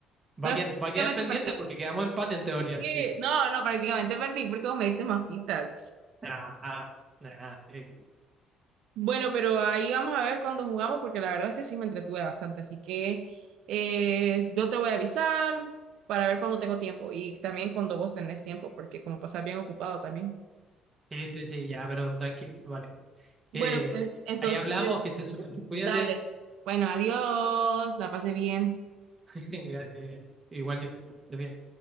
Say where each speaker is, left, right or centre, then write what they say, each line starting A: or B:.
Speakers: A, on the right; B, on the right.
A: pero
B: va a quedar,
A: sí,
B: va a quedar
A: prácticamente
B: pendiente
A: perdí.
B: porque quedamos empate en teoría.
A: Sí,
B: así
A: No, no, prácticamente perdí porque vos me diste más pistas.
B: ah, ah. Nah, nah, eh,
A: Bueno, pero ahí vamos a ver cuando jugamos, porque la verdad es que sí me entretuve bastante. Así que eh, yo te voy a avisar para ver cuando tengo tiempo y también cuando vos tenés tiempo, porque como pasás bien ocupado también.
B: Sí, sí, sí, ya, pero tranquilo, vale.
A: Bueno,
B: Que
A: pues entonces,
B: ahí hablamos, que estés súper, bien, cuídate.
A: dale. Bueno, adiós, la pasé bien.
B: <laughs> Gracias. Igual yo. estés bien.